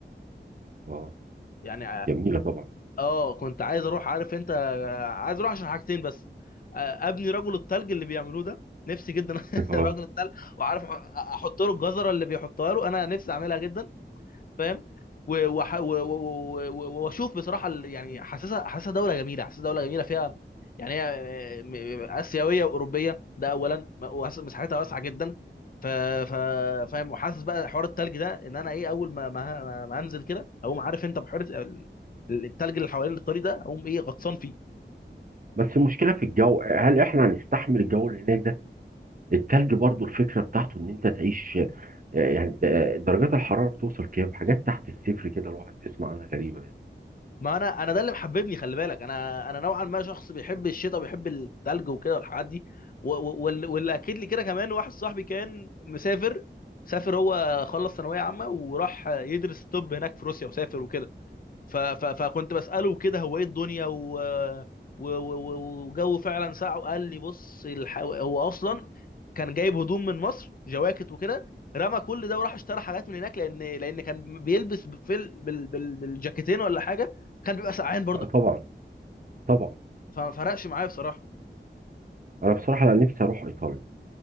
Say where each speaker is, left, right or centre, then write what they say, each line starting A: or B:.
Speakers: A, on the right; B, on the left.
A: أه
B: يعني
A: جميلة طبعا
B: اه كنت عايز اروح عارف انت آه، عايز اروح عشان حاجتين بس آه، ابني رجل التلج اللي بيعملوه ده نفسي جدا <laughs>
A: <laughs> أه
B: رجل التلج وعارف أح- احط له الجزره اللي بيحطها له انا نفسي اعملها جدا فاهم و- وح- و- و- و- و- واشوف بصراحه ال- يعني حاسسها حاسسها دوله جميله حاسسها دوله جميله فيها يعني هي م- م- اسيويه واوروبيه ده اولا م- وأس- مساحتها واسعه جدا ف ف فاهم وحاسس بقى حوار التلج ده ان انا ايه اول ما ما, ما ما انزل كده اقوم عارف انت بحوار ال- التلج اللي حوالين الطريق ده اقوم ايه غطسان فيه
A: بس المشكلة في الجو هل إحنا هنستحمل الجو اللي هناك ده؟ التلج برضو الفكرة بتاعته إن أنت تعيش آه، يعني د- آه، درجات الحرارة بتوصل كام؟ حاجات تحت الصفر كده الواحد بيسمع عنها غريبة يعني
B: ما انا انا ده اللي محببني خلي بالك انا انا نوعا ما شخص بيحب الشتاء وبيحب التلج وكده والحاجات دي و- و- وال- واللي اكد لي كده كمان واحد صاحبي كان مسافر سافر هو خلص ثانويه عامه وراح يدرس طب هناك في روسيا وسافر وكده ف... ف... فكنت بسأله كده هو ايه الدنيا و... و... و... و- وجو فعلا ساعه قال لي بص الح... هو اصلا كان جايب هدوم من مصر جواكت وكده رمى كل ده وراح اشترى حاجات من هناك لان لان كان بيلبس في ال... بال... بال... بالجاكيتين ولا حاجه كان بيبقى سقعان برضه
A: أه طبعا طبعا
B: فما فرقش معايا بصراحه
A: أنا بصراحة لا، نفسي أروح إيطاليا